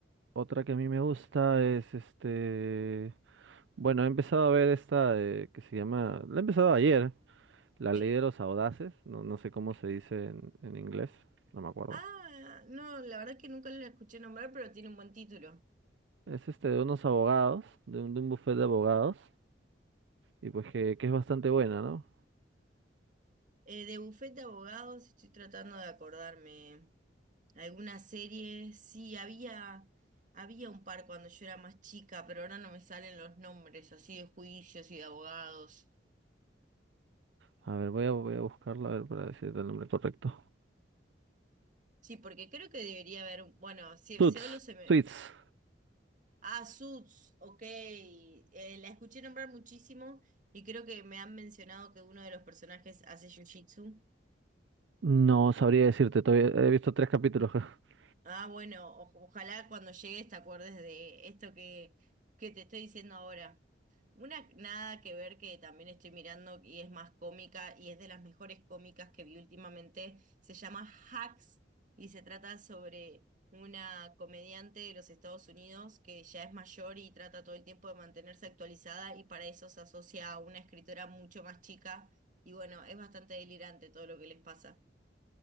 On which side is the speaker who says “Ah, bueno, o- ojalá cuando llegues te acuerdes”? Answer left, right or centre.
Right